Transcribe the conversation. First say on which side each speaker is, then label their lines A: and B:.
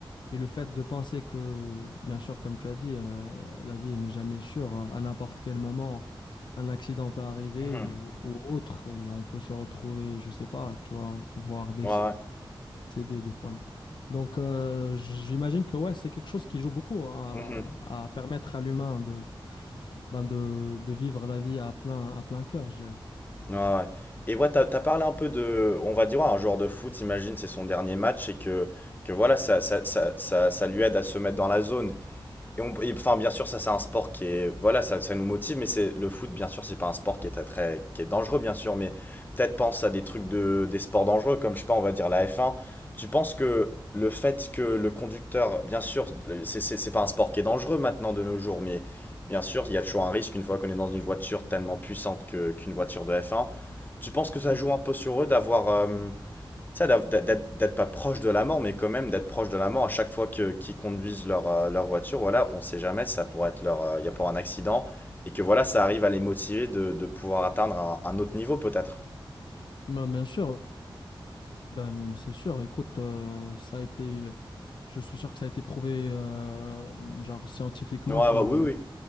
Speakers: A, on the left; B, on the left.
A: et le fait de penser que, bien sûr, comme tu as dit, euh, la vie n'est jamais sûre. euh, À n'importe quel moment, un accident peut arriver
B: Mhm.
A: euh, ou autre, et on peut se retrouver, je sais pas, tu vois, voir des
B: ouais, ouais.
A: c'est des, des fois même. Donc, euh, j'imagine que ouais, c'est quelque chose qui joue beaucoup à,
B: Mhm.
A: à permettre à l'humain de, ben de, de vivre la vie à plein, à plein cœur, je dirais.
B: Ouais, ouais. Et ouais, t'as, t'as parlé un peu de, on va dire, ouais, un joueur de foot, imagine, c'est son dernier match et que, que voilà, ça, ça, ça, ça, ça lui aide à se mettre dans la zone. Et on- et, enfin, bien sûr, ça, c'est un sport qui est, voilà, ça, ça nous motive, mais c'est le foot, bien sûr, c'est pas un sport qui est très, très, qui est dangereux, bien sûr, mais peut-être pense à des trucs de, des sports dangereux, comme, je sais pas, on va dire la F1. Tu penses que le fait que le conducteur, bien sûr, le- c'est, c'est, c'est pas un sport qui est dangereux maintenant de nos jours, mais bien sûr, il y a toujours un risque une fois qu'on est dans une voiture tellement puissante que, qu'une voiture de F1. Tu penses que ça
A: Sûr.
B: joue un peu sur eux d'avoir, euh, ça, d'être d'être pas proche de la mort, mais quand même d'être proche de la mort à chaque fois que qu'ils conduisent leur, euh, leur voiture, voilà, on sait jamais, ça pourrait être leur, euh, il y a pour un accident, et que voilà, ça arrive à les motiver de, de pouvoir atteindre un, un autre niveau peut-être.
A: Ben, bien sûr, ben, c'est sûr. Écoute, euh, ça a été, je suis sûr que ça a été prouvé euh, genre scientifiquement
B: Ouais, ouais,
A: que
B: oui, oui.